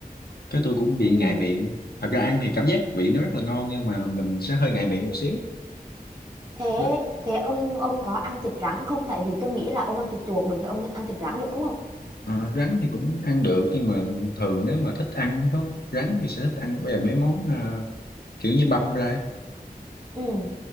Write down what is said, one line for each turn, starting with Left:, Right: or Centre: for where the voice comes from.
Left: cái tôi cũng
Right: Ừ.
Left: bị ngại miệng thật ra ăn thì cảm giác vị nó rất là ngon nhưng mà mình sẽ hơi ngại miệng một xíu
Right: Thế
Left: Với-
Right: thế ông ông có ăn thịt rắn không? Tại vì tôi nghĩ là ông ăn thịt chuột được thì ông ăn thịt rắn được đúng không?
Left: ờ, rắn thì cũng ăn được nhưng mà thường nếu mà thích ăn có rắn thì sẽ thích ăn bây giờ mấy món ờ, kiểu như băm ra
Right: Ừ.